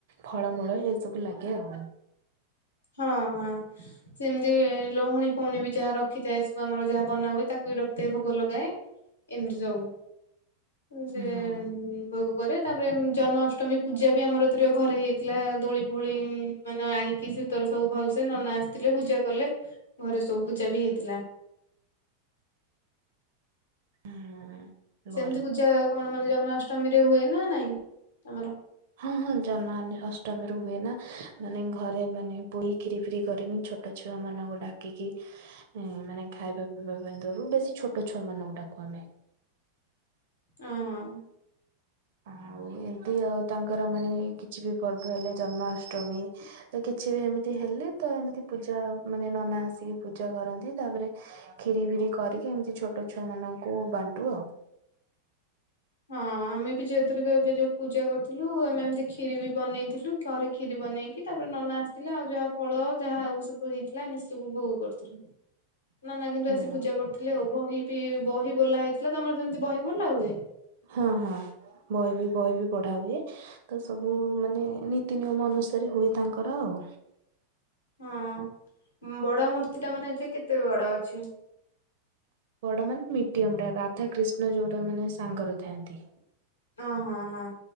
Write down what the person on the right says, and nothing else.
ଫଳମୂଳ ଏ ସବୁ ଲାଗେ ଆଉ।
ହଁ
ହଁ ଭଲ।
ହଁ ହଁ ଯନ୍ମାନି ଅଷ୍ଟମୀରୁ ହୁଏ ନା ମାନେ ଘରେ ମାନେ ପୁରୀ କ୍ଷୀରି ଫିରି କରିମି ଛୋଟ ଟ ଛୁଆ ମାନଙ୍କୁ ଡାକିକି ଇଁ ମାନେ ଖାଇବା ପିଇବା ପାଇଁ ଦରୁ ବେଶୀ ଛୋଟ ଛୁଆ ମାନଙ୍କୁ ଡାକୁ ଆମେ।
ଆଉ ଏମତି ଆଉ ତାଙ୍କର ମାନେ କିଛି ବି ପର୍ବ ହେଲେ ଜନ୍ମାଷ୍ଟମୀ ତ କିଛି ବି ଏମିତି ହେଲେ ତ ଏମିତି ପୂଜା ମାନେ ନନା ଆସିକି ପୂଜା କରନ୍ତି। ତାପରେ କ୍ଷୀରି ଫିରି କରିକି ଏମିତି ଛୋଟ ଛୁଆ ମାନଙ୍କୁ ବାଣ୍ଟୁ ଆଉ।
ହୁଁ
ହଁ ହଁ ବହି ବି ବହି ବି ପଢା ହୁଏ। ତ ସବୁ ମାନେ ନୀତି ନିୟମ ଅନୁସାରେ ହୁଏ ତାଙ୍କର ଆଉ।
ବଡ ମାନେ ମିଡିୟମ ଟା ରାଧା କୃିଷ୍ଣ ଯୋଉଟା ମାନେ ସାଙ୍ଗର ଥାଆନ୍ତି।